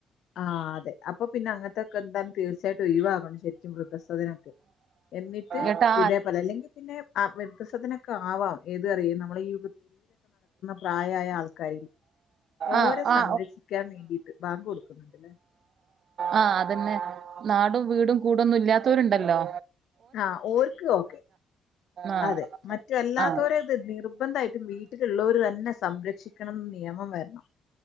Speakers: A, on the left (about 75°); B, on the right (about 60°).
A: ആ അതെ അപ്പൊ പിന്നെ അങ്ങൻത്തൊക്കെ എന്തായാലും തീർച്ചയായിട്ടും ഒഴിവാകണം ശരിക്കും വൃദ്ധസദനൊക്കെ. എന്നിട്ട്
B: ഏട്ടാ
A: ഇതേപോലെ അല്ലെങ്കി പിന്നെ ആ വൃദ്ധസദനൊക്കെ ആവം ഏത് അറിയ്‌ നമ്മളെ ഈ പ്രായമായ ആൾക്കാരില്ലേ ഓരെ
B: ആആ ആ
A: സംരക്ഷിക്കാൻ വേണ്ടിട്ട് ബാങ്ക് കൊടുക്കുന്നുണ്ടല്ലേ
B: ആ അതന്നെ നാടും വീടും കൂടൊന്നും ഇല്ലാത്തവരുണ്ടല്ലോ
A: ആ ഓര്ക് ഓക്കെ
B: ആ
A: അതെ മറ്റ് അല്ലാത്തവരെ
B: ആ
A: ത് നിർബന്ധായി റ്റ്മ് വീട്ടിലുള്ളോര് തന്നെ സംരക്ഷിക്കണം നിയമം വരണം